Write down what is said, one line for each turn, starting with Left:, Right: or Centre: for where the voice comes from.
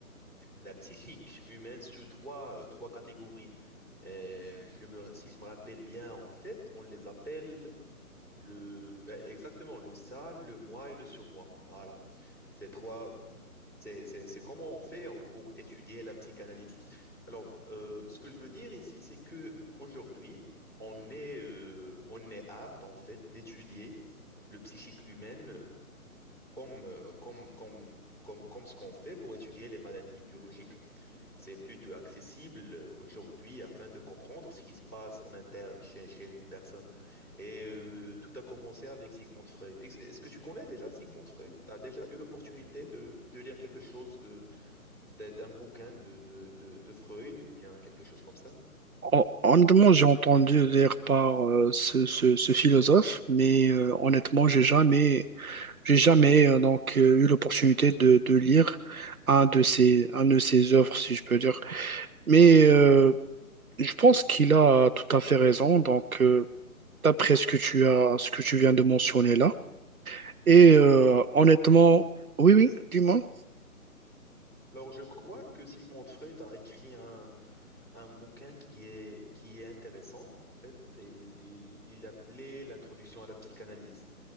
Centre: la psychique humaine sur trois, euh, trois catégories. Euh, je me, si je me rappelle bien, en fait, on les appelle le, euh, exactement le ça, le moi et le surmoi. Voilà. Ces trois, c'est c'est- c'est comment on fait euh, pour étudier la psychanalyse. Alors, euh, ce que je veux dire ici, c'est que aujourd'hui, on est, euh, on est apte en fait d'étudier le psychique humaine comme, euh, comme, comme, comme, comme ce qu'on fait pour étudier les maladies biologiques. C'est plutôt accessible euh, aujourd'hui afin de comprendre ce qui se passe en interne chez, chez une personne. Et euh, tout a commencé avec Sigmund Freud. Est-ce est-ce que tu connais déjà Sigmund Freud? Tu as déjà eu l'opportunité de, de lire quelque chose de, de- d'un bouquin de, de, de, de Freud ou bien quelque chose comme ça?
Right: Hon- Honnêtement, j'ai entendu dire par euh, ce, ce- ce philosophe, mais euh, honnêtement, j'ai jamais, j'ai jamais euh, donc euh, eu l'opportunité de, de lire un de ses, un de ses œuvres, si je peux dire. Mais euh, je pense qu'il a tout à fait raison. Donc, euh, d'après ce que tu as, ce que tu viens de mentionner là, et euh, honnêtement,
Centre: Ouais.
Right: oui, oui, dis-moi.
Centre: Alors, je crois que Sigmund Freud a écrit un, un bouquin qui est, qui est intéressant, en fait. Il, il, il l'appelait L'introduction à la psychanalyse.